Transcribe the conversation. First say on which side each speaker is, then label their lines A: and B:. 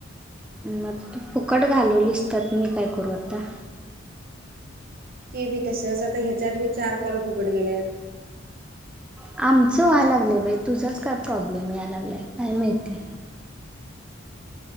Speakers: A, in the centre; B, on the right.
A: मग तु फुकट घालवलीसत्यात मी काय करू आता.
B: ते बी तसच आता ह्याच्या आधी बी चार कॉल फुकड गेलेत.
A: आमचं व्हा लागलंय बाई तुझाच काय प्रॉब्लेम या लागलाय काय माहितीय.